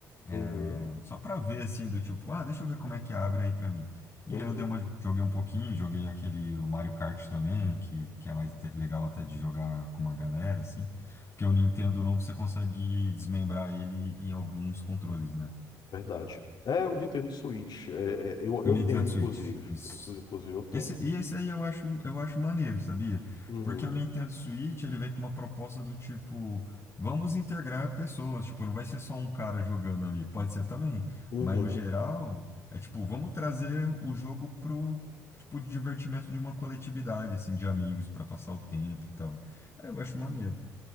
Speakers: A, on the left (about 55°); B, on the left (about 30°).
A: uhum,
B: é, só pra ver assim do tipo, ah, deixa eu ver como é que abre aí pra mim. E
A: uhum.
B: aí eu dei uma, joguei um pouquinho, joguei aquele o Mario Kart também, que, que é mais te- legal até de jogar com uma galera assim, porque o Nintendo novo você consegue desmembrar ele em alguns controles, né?
A: Verdade. É o Nintendo Switch. É, é, eu, eu
B: O Nintendo
A: tenho, inclusive.
B: Switch, isso.
A: Inclu- Inclusive, eu tenho.
B: Esse, e esse aí eu acho, eu acho maneiro, sabia?
A: Uhum,
B: Porque o Nintendo Switch, ele vem com uma proposta do tipo, vamos integrar pessoas, tipo, não vai ser só um cara jogando ali, pode ser também,
A: uhum.
B: mas no geral, é tipo, vamos trazer o jogo pro, tipo, de divertimento de uma coletividade, assim, de amigos, pra passar o tempo e tal. Aí eu acho maneiro.